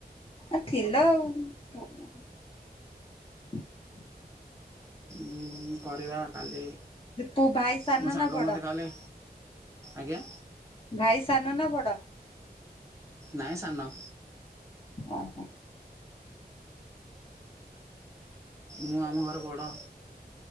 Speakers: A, on the left; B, on the right.
A: <unintelligible> ଆଉ।
B: ଉଁ କରିବା କାଲି
A: ତୁ ଭାଇ ସାନ
B: ମୋ ସାଙ୍ଗ
A: ନା ବଡ
B: ମୋତେ କାଲି ଆଜ୍ଞା।
A: ଭାଇ ସାନ ନା ବଡ
B: ନାଇଁ ସାନ
A: ଓ ହୋ।
B: ମୁଁ ଆମ ଘର ବଡ଼